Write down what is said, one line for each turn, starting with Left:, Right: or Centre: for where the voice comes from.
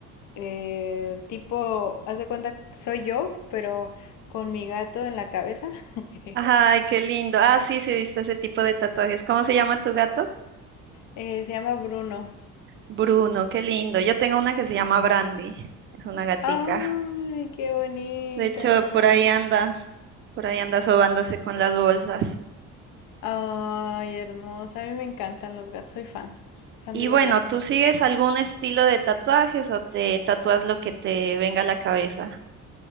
Left: eh, tipo, haz de cuenta, soy yo, pero con mi gato en la cabeza. <laughs>
Right: Ay, qué lindo. Ah, sí, sí, he visto ese tipo de tatuajes. ¿Cómo se llama tu gato?
Left: Eh, se llama Bruno.
Right: Bruno, qué lindo. Yo tengo una que se llama Brandy. Es una gatica.
Left: ¡Ay, qué bonita!
Right: De hecho, por ahí anda, por ahí anda sobándose con las bolsas.
Left: ¡Ay, hermosa! A mí me encantan los gatos, soy fan, fan
Right: Y
Left: de los
Right: bueno,
Left: gatos.
Right: ¿tú sigues algún estilo de tatuajes o te tatúas lo que te venga a la cabeza?